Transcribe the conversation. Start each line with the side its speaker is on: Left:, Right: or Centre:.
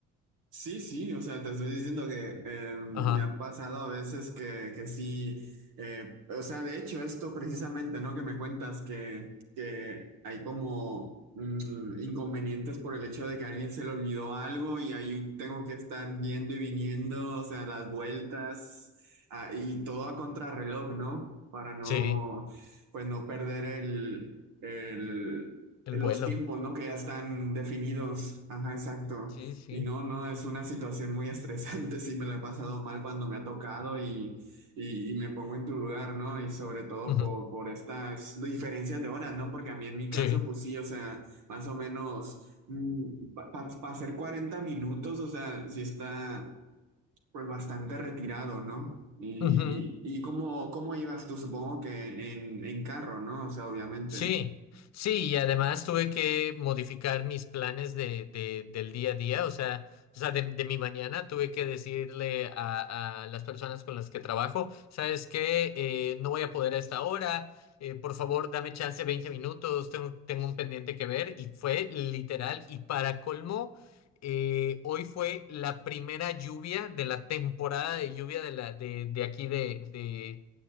Right: Sí, sí, o sea, te estoy diciendo que eh, me
Left: Ajá.
Right: ha pasado a veces que, que sí, eh, o sea, de hecho, esto precisamente, ¿no? Que me cuentas que, que hay como mm, inconvenientes por el hecho de que a alguien se le olvidó algo y ahí tengo que estar yendo y viniendo, o sea, las vueltas ah, y todo a contrarreloj, ¿no? Para no,
Left: Sí,
Right: pues no perder el, el,
Left: el
Right: los
Left: vuelo.
Right: tiempos, ¿no? Que ya están definidos. Ajá, exacto.
Left: Sí, sí.
Right: Y no, no, es una situación muy estresante, <laughs> sí me la he pasado mal cuando me ha tocado y, y, y me pongo en tu lugar, ¿no? Y sobre todo
Left: Ujú.
Right: por, por estas diferencias de horas, ¿no? Porque a mí en mi caso,
Left: Sí.
Right: pues sí, o sea, más o menos para hacer 40 minutos, o sea, sí está pues bastante retirado, ¿no? Y,
Left: Ujú.
Right: y, y cómo, cómo ibas tú, supongo que en, en carro, ¿no? O sea, obviamente.
Left: Sí, sí, y además tuve que modificar mis planes de, de- del día a día, o sea, o sea, de, de mi mañana tuve que decirle a, a las personas con las que trabajo, ¿sabes qué? Eh, no voy a poder a esta hora, eh, por favor, dame chance 20 minutos, tengo, tengo un pendiente que ver, y fue literal, y para colmo, eh, hoy fue la primera lluvia de la temporada de lluvia de la, de, de aquí de, de,